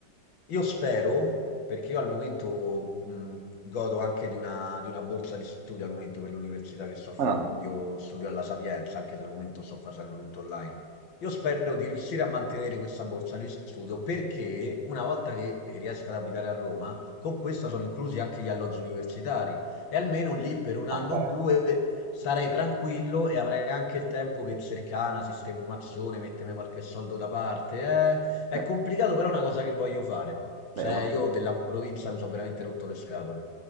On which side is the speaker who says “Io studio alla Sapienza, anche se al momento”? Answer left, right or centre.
Left